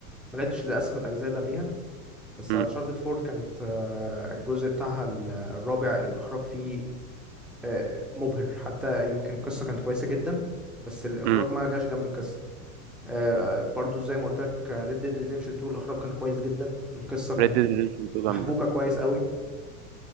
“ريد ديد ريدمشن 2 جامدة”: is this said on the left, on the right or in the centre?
Right